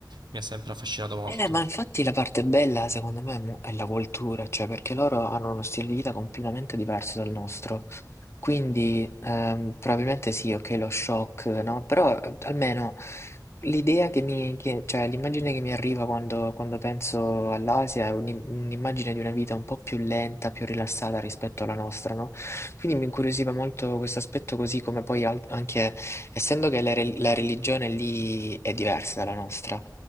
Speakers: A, on the right; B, on the left.
A: mi ha sempre affascinato molto.
B: Eh, ma infatti la parte bella secondo me mo- è la cultura, cioè perché loro hanno uno stile di vita completamente diverso dal nostro. Quindi ehm, probabilmente sì, ok, lo shock, no? Però eh, almeno l'idea che mi, che- cioè l'immagine che mi arriva quando, quando penso all'Asia è un'im- un'immagine di una vita un po' più lenta, più rilassata rispetto alla nostra, no? Quindi mi incuriosiva molto questo aspetto così come poi al- anche, essendo che la re- la religione lì è diversa dalla nostra